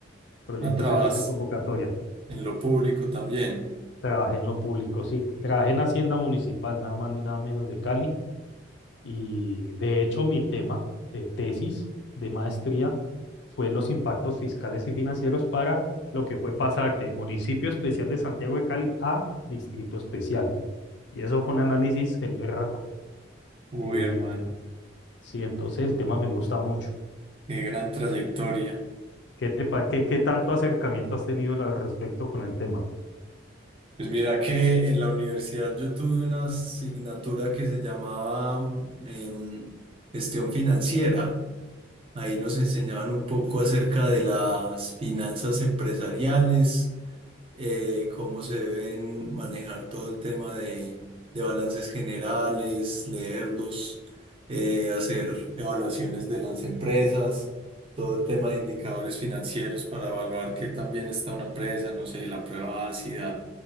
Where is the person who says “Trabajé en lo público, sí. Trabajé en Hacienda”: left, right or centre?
Left